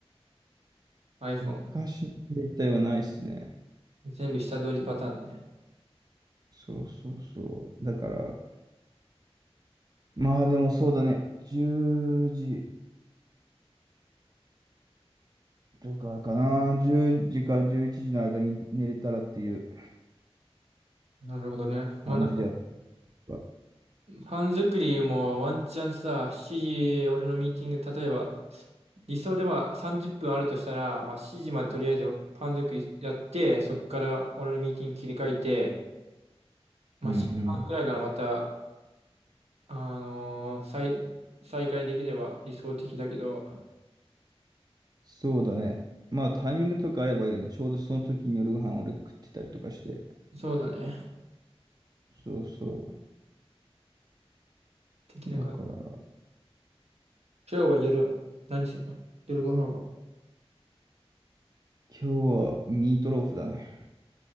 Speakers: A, on the right; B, on the right.
A: ?iPhone。
B: 昔の携帯はないっすね。
A: 全部下取りパターンね。
B: そうそうそう。だから、まあでもそうだね。10時とかかな。10時から11時の間に寝れたらっていう
A: なるほどね。
B: 感じでやっ
A: まあなんか、
B: た。
A: パン作りもワンチャンさ、7時、俺のミーティング、例えば、理想では30分あるとしたら、まあ7時までとりあえずパン作りやって、そこから俺のミーティング切り替えて、まあ7時半くらいからまた、
B: うんうん。
A: あのー再、再開できれば理想的だけど、
B: そうだね。まあタイミングとか合えばいいよね。ちょうどその時に夜ご飯俺食ってたりとかして。
A: そうだね。
B: そうそ
A: 的な感じ
B: う。だから、
A: 今日は夜、何するの夜ご飯は。
B: 今日はミートローフだね。